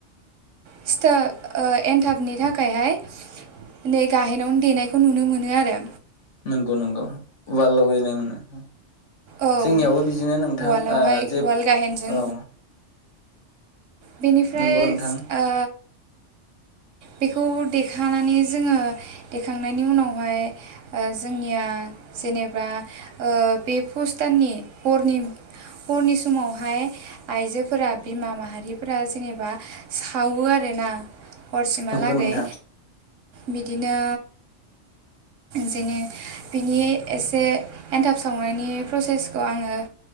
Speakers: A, on the right; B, on the left.
A: सिथा एन्थाबनि थाखायहाय नै गाहेरावनो देनायखौ नुनो मोनो आरो।
B: नंगौ नंगौ बाल'नाय मोननो
A: औ
B: जोंनियावबो बिदिनो नोंथां
A: उवालावहाय
B: ओ जे
A: उवाल
B: औ
A: गाहेनजों बेनिफ्राय
B: नंगौ नोंथां
A: ओ बेखौ देखानानै जोङो देखांनायनि उनावहाय जोंनिया जेनेबा ओ बे फुस्ताननि परनिम हरनि समावहाय आइजोफोरा बिमा माहारिफोरा जेनेबा सावो आरोना हरसिमहालागै
B: नंगौ नोंथां
A: बिदिनो जेननि बिनि एसे एन्थाब सावनायनि प्रसेसखौ आङो